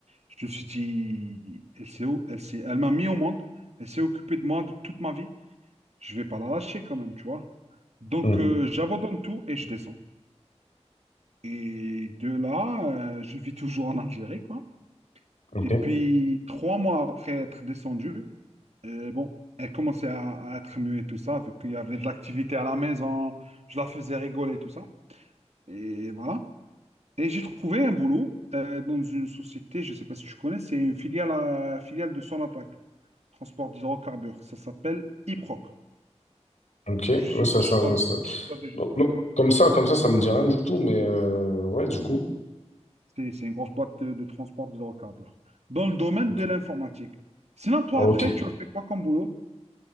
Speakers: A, on the right (about 70°); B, on the left (about 80°).
A: Je me suis dit, elle s'est, au- elle s'est- elle m'a mis au monde, elle s'est occupée de moi de toute ma vie, je vais pas la lâcher quand même, tu vois. Donc,
B: Hmm,
A: euh, j'abandonne tout et je descends. Et de là, euh, je vis toujours en Algérie, quoi.
B: Ok,
A: Et puis, trois mois après être descendu, euh, bon, elle commençait à, à être mieux et tout ça, vu qu'il y avait de l'activité à la maison, je la faisais rigoler et tout ça. Et voilà. Et j'ai trouvé un boulot euh, dans une société, je ne sais pas si tu connais, c'est une filiale, à- filiale de Sonatrach, transport d'hydrocarbures. Ça s'appelle IPROC.
B: ok,
A: Je ne
B: Ouais,
A: sais
B: ça,
A: pas si
B: ça,
A: tu
B: ouais,
A: as,
B: ça,
A: si t'as déjà...
B: Non, non, comme ça, comme ça, ça me dit rien du tout, mais euh, ouais, du
A: voilà.
B: coup.
A: C'est c'est une grosse boîte de, de transport d'hydrocarbures. Dans le domaine
B: Ok.
A: de l'informatique. Sinon, toi,
B: Ok.
A: après, tu as fait quoi comme boulot?